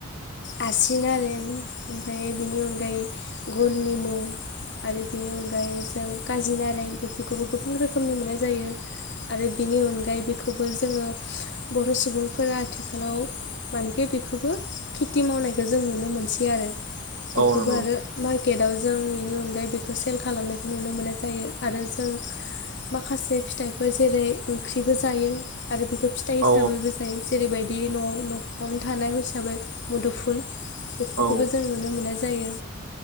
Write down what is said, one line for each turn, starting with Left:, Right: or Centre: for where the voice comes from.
Left: आसि नारें आरो ओमफाय बेनि अनगायै गल निमु आरो बेनि अनगायै जों कारजि नारें बेफोरखौबो गोबां रोखोमनि मोननाय जायो। आरो बिनि अनगायै बेखौबो जोङो बर' सुबुंफोरा आथिखालाव माने के बेखोबो खेथि मावनायखौ जों नुनो मोनसै आरो बेखौबो
Right: औ नंगौ
Left: आरो
Right: नोंथां
Left: मार्केटआव जों इनि अनगायै बेखौ सेल खालामनायखौ नुनो मोननाय जायो आरो जों माखासे फिथाइफोर जेरै ओंख्रिबो जायो आरो बेखौ फिथाइ हिसाबैबो
Right: औ
Left: जायो जेरैबायदि न'आव न'आवनो थानाय हिसाबै मुदुफुल बेफोरखौबो
Right: औ
Left: जों नुनो मोननाय जायो।